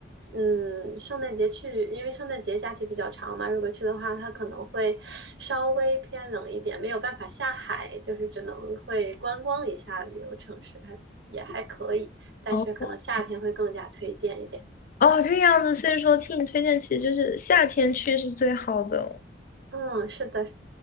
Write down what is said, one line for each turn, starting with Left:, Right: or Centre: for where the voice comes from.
Right: 嗯，圣诞节去，因为圣诞节假期比较长嘛，如果去的话，它可能会稍微偏冷一点，没有办法下海，就是只能会观光一下旅游城市，还也还可以，但是可能夏天会更加推荐一点。
Left: 哦。哦，这样子，所以说听你推荐，其实就是夏天去是最好的。
Right: 嗯，是的，